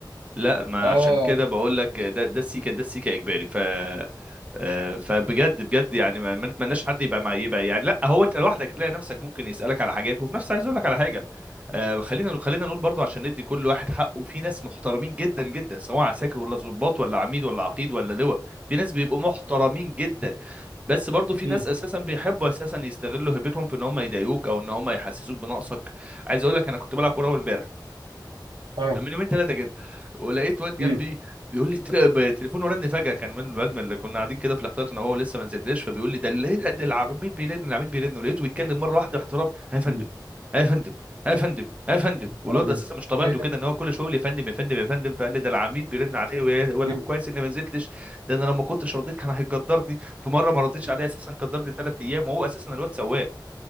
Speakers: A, on the right; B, on the right.
A: لا ما
B: اه
A: عشان كده بقول لك ده ده السيكه ده السيكه اجباري ف آه، فبجد بجد يعني ما ما نتمناش حد يبقى مع يبقى يعني لا هو انت لوحدك هتلاقي نفسك ممكن يسالك على حاجات وفي نفس عايز اقول لك على حاجه آه، خلينا خلينا نقول برضو عشان ندي كل واحد حقه في ناس محترمين جدا جدا سواء عساكر ولا ضباط ولا عميد ولا عقيد ولا لواء في ناس بيبقوا محترمين جدا بس برضو في
B: مم.
A: ناس اساسا بيحبوا اساسا يستغلوا هيبتهم في ان هم يضايقوك او ان هم يحسسوك بنقصك عايز اقول لك انا كنت بلعب كوره اول امبارح
B: اه
A: من يومين ثلاثه كده ولقيت واد جنبي
B: مم.
A: بيقول لي تل- ب- تليفونه رن فجاه كان من الواد من اللي كنا قاعدين كده في الاحتياط انا هو لسه ما نزلناش فبيقول لي ده اللي ده العميد بيرن العميد بيرن ولقيته بيتكلم مره واحده باحترام "ها يا فندم
B: مم.
A: ها يا فندم ها يا فندم ها يا فندم والواد
B: نهار أبيض.
A: اساسا مش طبيعته
B: ايه ده؟
A: كده ان هو كل شويه يقول يا فندم يا فندم يا فندم فقال لي ده العميد بيرن عليا ويا- ولا
B: مم.
A: كويس اني ما نزلتش ده انا لو ما كنتش رديت كان هيقدرني في مره ما رديتش عليه اساسا قدرني ثلاث ايام وهو اساسا الواد سواق